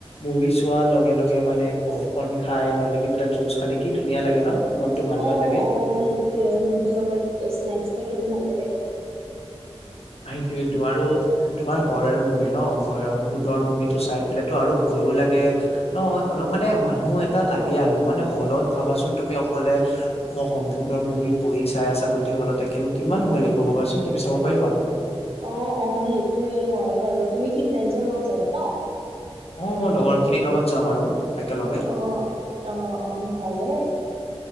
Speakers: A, on the left (about 70°); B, on the right (about 65°).
A: মুভি চোৱাৰ লগে লগে মানে পফকৰ্ন খাই, নহ'লে কিবা এটা জুচ খালে কি ধুনীয়া লাগে ন'। মনটো ভাল
B: অ',
A: ভাল লাগে
B: অ', সেইটোয়ে, মুভি লগত স্নেক থাকিলে ভালে লাগে।
A: সেইটোয়েইটো আৰু তোমাৰ ভয়ৰ মুভি ন, ভয় ভূতৰ মুভিটো চাই পেলাইটো আৰু ভয়ো লাগে। ন' অলপ মানে মানুহ এটা লাগে আৰু মানে হ'লত ভাবাচোন তুমি অকলে ভূতৰ মুভি বহি চাই আছাঁ গোটেই হলতে, কিন্তু কিমান ভয় লাগিব ভাবাচোন, তুমি চাব পাৰিবা?
B: অ', অ', সেইটোয়ে হয় বাৰু, তুমি কি ফ্ৰেঞ্চ লগত যাবা ন'?
A: অ', মই লগৰ খিনিৰ লগত যাম আৰু। একেলগে
B: অ', অ', অ', ভালেই।